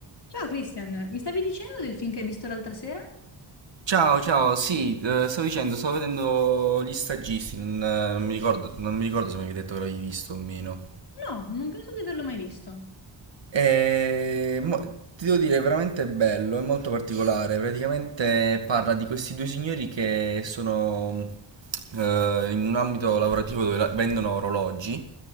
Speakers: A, on the left (about 55°); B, on the right (about 65°).
A: Ciao Christian, mi stavi dicendo del film che hai visto l'altra sera?
B: Ciao, ciao, sì, eh, stavo dicendo, stavo vedendo gli stagisti, non, eh, non mi ricordo, non mi ricordo se mi avevi detto che l'avevi visto o meno.
A: No, non penso di averlo mai visto.
B: E, mo- ti devo dire, è veramente bello, è molto particolare. Praticamente parla di questi due signori che sono eh, in un ambito lavorativo dove la- vendono orologi.